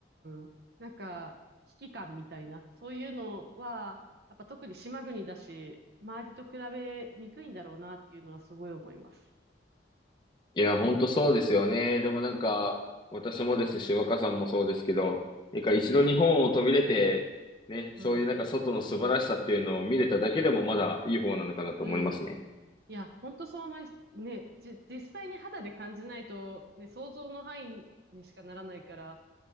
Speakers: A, on the right; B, on the left.
A: ん、なんか、危機感みたいな、そういうのは、やっぱ特に島国だし、周りと比べにくいんだろうなっていうのはすごい思います。
B: いや、本当そうですよね。でもなんか、私もですし、若さんもそうですけど、なんか一度日本を飛び出て、
A: うん、
B: ね、
A: うん、
B: そういうなんか外の素晴らしさっていうのを見れただけでもまだいい方なのかなと思いますね。
A: うん。いや、本当そう思い、ね、じ、実際に肌で感じないと、ね、想像の範囲にしかならないから、